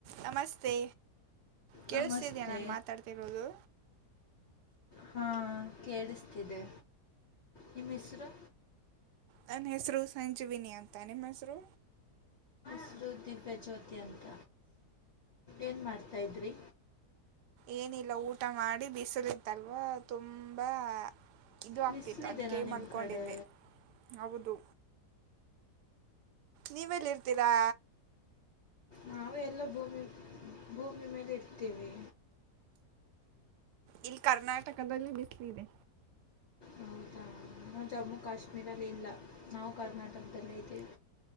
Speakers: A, on the right; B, on the left.
A: ನಮಸ್ತೆ ಕೇಳಿಸತಿದೀಯ
B: ನಮಸ್ತೆ
A: ನಾನ್ ಮಾತಾಡ್ತಿರೋದು
B: ಹಾ ಕೇಳಿಸ್ತಿದೆ ನಿಮ್ಮ ಹೆಸರು
A: ನನ್ನ ಹೆಸರು ಸಂಜಿವಿನಿ ಅಂತ ನಿಮ್ಮ್ ಹೆಸರು
B: ಸರು ದಪೆ ಜ್ಯೋತಿ ಅಂತ ಏನ್ ಮಾಡ್ತಾ ಇದ್ರಿ
A: ಏನಿಲ್ಲ ಊಟ ಮಾಡಿ ಬಿಸಿಲತ್ತಲ್ವಾ ತುಂಬಾ ಇದು ಆಗ್ತಿತ್ತು
B: ಬಿಸಿಲಿದೆನಾ
A: ಅದ್ ಕೈ
B: ನಿಮ್ಮ
A: ಮಲ್ಕೊಂಡಿದ್ದೆ
B: ಕಡೆ
A: ಹೌದು ನೀವೆಲ್ಲಿ ಇರ್ತೀರಾ
B: ನಾವವು ಎಲ್ಲ ಭೂಮಿ ಭೂಮಿ ಮೇಲೆ ಇರ್ತೀವಿ
A: ಇಲ್ಲಿ ಕರ್ನಾಟಕದಲ್ಲಿ ಬಿಸಲ ಇಿದೆ
B: ಹೌದಾ ನಾವು ಜಮ್ಮು ಕಾಶ್ಮೀರಲ್ಲಿ ಇಲ್ಲ ನಾವು ಕರ್ನಾಟಕದಲ್ಲೇ ಇದ್ದೀವೆ